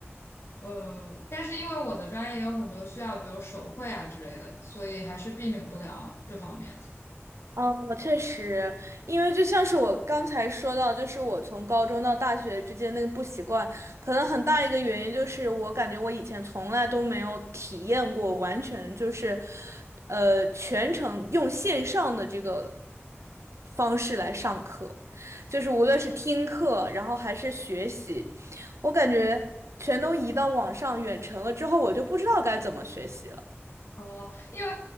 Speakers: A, on the left; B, on the right.
A: 呃，但是因为我的专业有很多需要，比如手绘啊之类的，所以还是避免不了这方面。
B: 哦，确实，因为就像是我刚才说到，就是我从高中到大学之间那个不习惯，可能很大一个原因就是我感觉我以前从来都没有体验过，完全就是，呃，全程用线上的这个方式来上课，就是无论是听课，然后还是学习，我感觉全都移到网上远程了之后，我就不知道该怎么学习了。
A: 哦，因为